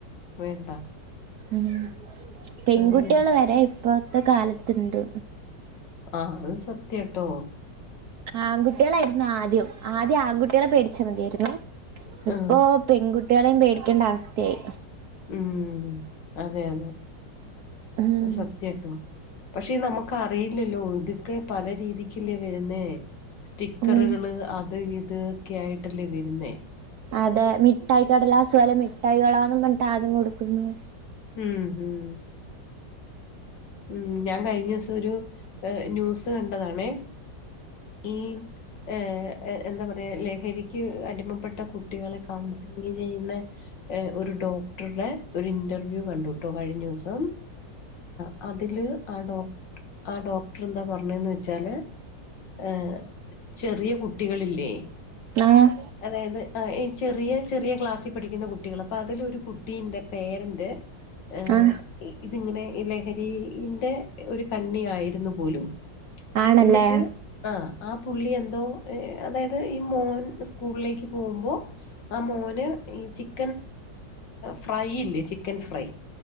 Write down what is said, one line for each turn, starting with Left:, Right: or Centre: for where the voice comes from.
Left: വേണ്ട
Right: ഉം പെൺകുട്ടികൾ
Left: അത് വേണ്ട
Right: വരെ ഇപ്പത്തെ കാലത്തുണ്ട്
Left: ആഹ് അത് സത്യട്ടോ
Right: ആൺകുട്ടികളായിരുന്നു ആദ്യം ആദ്യം ആൺകുട്ടികളെ പേടിച്ചാ മതിയായിരുന്നു
Left: ആ
Right: ഇപ്പോ പെൺകുട്ടിയാളെയും പേടിക്കേണ്ട അവസ്ഥയായി
Left: ഉം അതെ അതെ
Right: ഉം
Left: അത് സത്യട്ടോ പക്ഷേ നമുക്ക് അറിയില്ലല്ലോ ഇത് ഒക്കെ പല രീതിക്കല്ലേ വരുന്നേ സ്റ്റിക്കറുകള്
Right: ഉം
Left: അത് ഇത് ഒക്കെ ആയിട്ടല്ലേ വരുന്നേ
Right: അതെ മിഠായി കടലാസ് പോലെ മിഠായികളാന്നും പറഞ്ഞിട്ട് ആദ്യം കൊടുക്കുന്നു
Left: മ്മ്ഹ മ്മ്ഹ ഉം ഞാൻ കഴിഞ്ഞെസം ഒരു ന്യൂസ് കണ്ടതാണേ ഈ ഏഹ് എന്താ പറയാ ലഹരിക്ക് അടിമപ്പെട്ട കുട്ടികളെ കൗൺസിലിംങ് ചെയ്യുന്നെ എ ഒരു ഡോക്ടറുടെ ഒരു ഇൻറർവ്യൂ കണ്ടുട്ടോ കഴിഞ്ഞോസം അ അതില് ആ ഡോ ആ ഡോക്ടർ ന്താ പറഞ്ഞനെന്ന് വെച്ചാല് എ ചെറ്യ കുട്ടികളില്ലേ
Right: ആഹ്
Left: അതായത് അ ഈ ചെറിയ ചെറിയ ക്ലാസ്സിൽ പഠിക്കുന്ന കുട്ടികൾ അപ്പ അതിലൊരു കുട്ടിന്റെ പേരന്റ് ഏ
Right: ആഹ്
Left: ഇതിങ്ങനെ ലഹരിന്റെ ഒരു കണ്ണിയായിരുന്നു പോലും
Right: ആണല്ലേ
Left: ഇന്നട്ട് ആ ആ പുള്ളി എന്തോ അതായത് ഈ മോൻ സ്കൂളിലേക്ക് പോകുമ്പോ ആ മോന് ഈ ചിക്കൻ ഫ്രൈ ഇല്ലേ ചിക്കൻ ഫ്രൈ